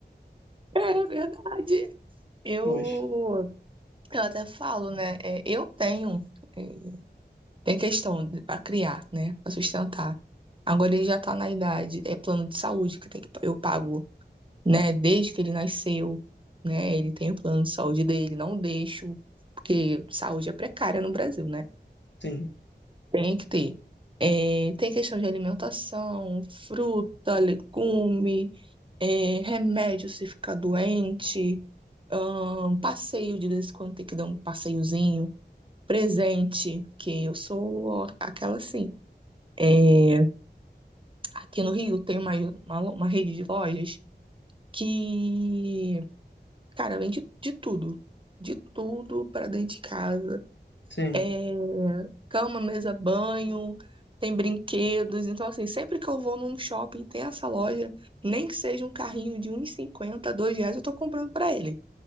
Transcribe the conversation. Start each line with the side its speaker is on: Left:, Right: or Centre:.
Right: <laughs> É verdade. Eu,
Left: Oxe,
Right: eu até falo, né? é, eu tenho, é, tem questão para criar, né? Para sustentar. Agora ele já tá na idade, é plano de saúde que tem que eu pago, né? Desde que ele nasceu, né? Ele tem o plano de saúde dele, não deixo, porque saúde é precária no Brasil, né?
Left: sim,
Right: Tem que ter. É, tem questão de alimentação, fruta, legume, é, remédio se ficar doente, ahn, passeio de vez em quando tem que dar um passeiozinho, presente, que eu sou aquela assim. É, aqui no Rio tem uma, uma, lo- uma rede de lojas que, cara, vende de tudo. De tudo para dentro de casa.
Left: sim.
Right: é, cama, mesa, banho, tem brinquedos. Então, assim, sempre que eu vou num shopping, tem essa loja, nem que seja um carrinho de um e cinquenta dois reais, eu tô comprando pra ele.